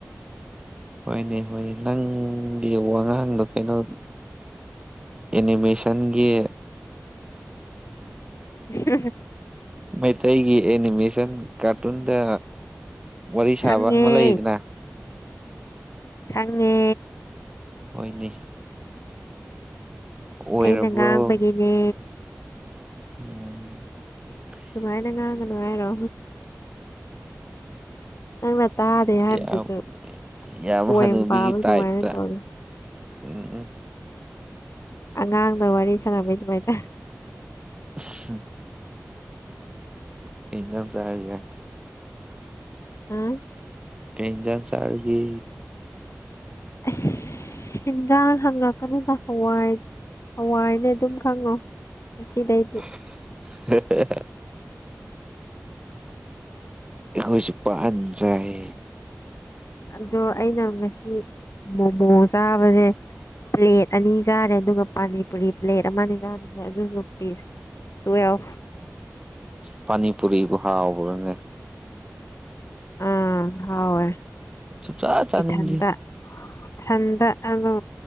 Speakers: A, on the right; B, on the left.
A: ꯍꯣꯏꯅꯦ ꯍꯣꯏꯅ ꯅꯪꯒꯤ ꯋꯥꯉꯥꯡꯗꯣ ꯀꯩꯅꯣ ꯑꯦꯅꯤꯃꯦꯁꯟꯒꯤ
B: <unintelligible>
A: ꯃꯩꯇꯩꯒꯤ ꯑꯦꯅꯤꯃꯦꯁꯟ ꯀꯥꯔꯇꯨꯟꯗ ꯋꯥꯔꯤ
B: ꯈꯪꯉꯦ
A: ꯁꯥꯕ ꯑꯃ ꯂꯩꯗꯅ
B: ꯈꯪ ꯉꯦ
A: ꯍꯣꯏꯅꯦ ꯑꯣꯏꯔꯕ꯭ꯔꯣ
B: ꯑꯩꯅ ꯉꯥꯡꯕꯒꯤꯅꯦ
A: <unintelligible>
B: ꯑꯗꯨꯃꯥꯏꯅ ꯉꯥꯡꯒ ꯅꯨ ꯍꯥꯏꯔꯣ ꯅꯪꯅ ꯇꯥꯗꯦ ꯍꯥꯏꯕꯗꯨꯗ
A: ꯌꯥꯝ ꯌꯥꯝ
B: ꯄꯣꯏꯃ
A: ꯍꯅꯨꯕꯤꯒꯤ
B: ꯄꯥꯕ
A: ꯇꯥꯏꯞꯇ
B: ꯑꯗꯨꯃꯥꯏꯅ ꯇꯧꯢ
A: ꯎꯝ ꯎꯝ
B: ꯑꯉꯥꯡꯅ ꯋꯥꯔꯤ ꯁꯥꯟꯅꯕꯩ ꯗꯨꯃꯥꯏꯅ
A: <unintelligible> ꯀꯩ ꯢꯟꯖꯥꯡ ꯆꯔꯥꯒꯦ
B: <unintelligible>
A: ꯀꯩ ꯏꯟꯖꯥꯡ ꯆꯥꯔꯒꯦ
B: <unintelligible> ꯍꯤꯟꯖꯥꯡ ꯍꯪꯉꯛꯀꯅꯨꯗ ꯍꯋꯥꯏ ꯍꯋꯥꯏꯅꯦ ꯑꯗꯨꯝ ꯈꯪꯉꯣ ꯉꯁꯤ ꯗꯩꯗꯤ
A: <unintelligible> ꯑꯩꯈꯣꯏꯁꯨ ꯄꯥꯟ ꯆꯥꯏ
B: ꯑꯗꯣ ꯑꯩꯅ ꯉꯁꯤ ꯃꯣꯃꯣ ꯆꯥꯕꯅ‌ꯦ ꯄ꯭ꯂꯦꯠ ꯑꯅꯤ ꯆꯥꯔꯦ ꯑꯗꯨꯒ ꯄꯥꯅꯤꯄꯨꯔꯤ ꯄ꯭ꯂꯦꯠ ꯑꯃ ꯅ‌ꯦ ꯆꯥꯔꯤꯁꯦ ꯑꯗꯨꯁꯨ ꯄꯤꯁ ꯇꯨꯏꯋ‌ꯦꯜꯐ
A: ꯏꯁ ꯄꯥꯅꯤ ꯄꯨꯨꯔꯤꯕꯨ ꯍꯥꯎꯕ꯭ꯔꯅꯦ
B: ꯑꯥ ꯍꯥꯎꯋꯦ
A: ꯁꯨꯡꯆꯥ ꯆꯥꯅꯤꯡꯗꯦ
B: ꯏꯊꯟꯇ ꯏꯊꯟꯗ ꯑꯗꯨ